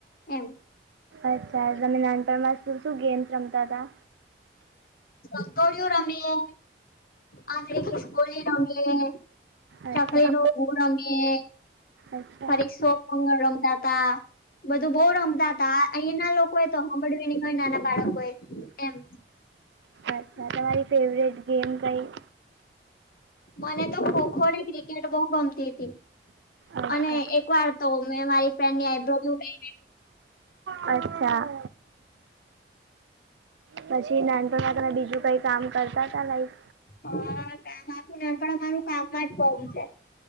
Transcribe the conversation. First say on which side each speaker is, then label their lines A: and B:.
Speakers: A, on the left; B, on the right.
A: એમ.
B: અચ્છા તમે નાનપણમાં શું શું ગેમ્સ રમતા હતા.
A: ચક્કોડીયુ રમિયે. આઘરિકિસ્કોલી રમિયે
B: અચ્છા
A: ચકલીનો ગો રમિયે
B: અચ્છા
A: પરીક્ષો મંગળ રમતા હતા. બધું બહુ રમતા હતા અહીં ના લોકોએ તો સાંભડવી નહી હોય નાના બાળકો એ એમ. <inaudible>
B: અચ્છા તમારી ફેવરેટ ગેમ કઈ.
A: મને તો ખોખો ને ક્રિકેટ બહુ ગમતી હતી.
B: અચ્છા
A: અને એક વાર તો મે મારી ફ્રેન્ડની આ ઈબ્રાહિમને લઈ.
B: અચ્છા. પછી નાન પણમા બીજું કઈ કામ કરતા હતા લાઈક.
A: હા કામ આપું ન પણ અમારું કામમાં જ બવું છે.